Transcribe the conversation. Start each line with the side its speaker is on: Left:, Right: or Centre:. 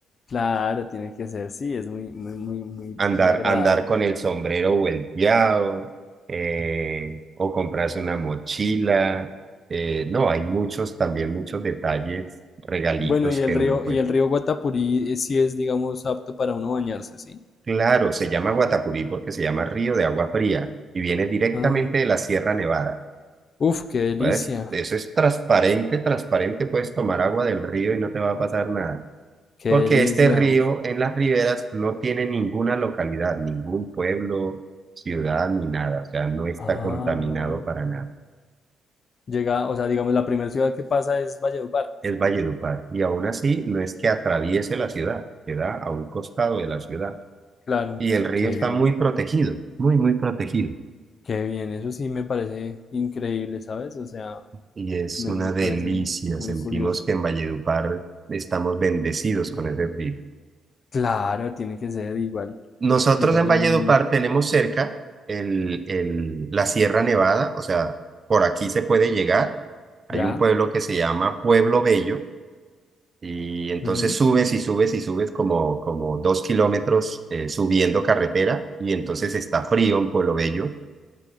Left: claro, tiene que ser, sí, es muy, muy, muy, muy,
Right: Andar,
Left: muy agradable.
Right: andar con el sombrero volteado eh, o comprarse una mochila. eh, no, hay muchos también, muchos detalles, regalitos
Left: Bueno, y
Right: que
Left: el río,
Right: uno puede.
Left: y el río Guatapurí eh, sí es, digamos, apto para uno bañarse, ¿sí?
Right: Claro, se llama Guatapurí porque se llama río de agua fría y viene directamente
Left: Ah,
Right: de la Sierra Nevada.
Left: uf, qué delicia,
Right: puedes eso es transparente, transparente, puedes tomar agua del río y no te va a pasar nada.
Left: qué
Right: Porque
Left: delicia,
Right: este río
Left: uf.
Right: en las riberas no tiene ninguna localidad, ningún pueblo, ciudad ni nada. O sea, no está
Left: Ah,
Right: contaminado para nada.
Left: llega, o sea, digamos, la primera ciudad que pasa es Valledupar.
Right: Es Valledupar. Y aún así, no es que atraviese la ciudad, queda a un costado de la ciudad.
Left: Claro,
Right: Y el río
Left: qué
Right: está
Left: bien,
Right: muy protegido, muy, muy protegido.
Left: qué bien, eso sí me parece increíble, ¿sabes? O sea,
Right: Y es
Left: me,
Right: una
Left: me
Right: delicia.
Left: parece muy
Right: Sentimos
Left: curioso.
Right: que en Valledupar estamos bendecidos con ese río.
Left: Claro, tiene que ser igual,
Right: Nosotros
Left: igual
Right: en Valledupar
Left: es muy,
Right: tenemos cerca el, el- la Sierra Nevada, o sea, por aquí se puede llegar. Hay
Left: ya,
Right: un pueblo que se llama Pueblo Bello y entonces
Left: ujú,
Right: subes y subes y subes como, como dos kilómetros eh, subiendo carretera y entonces está frío en Pueblo Bello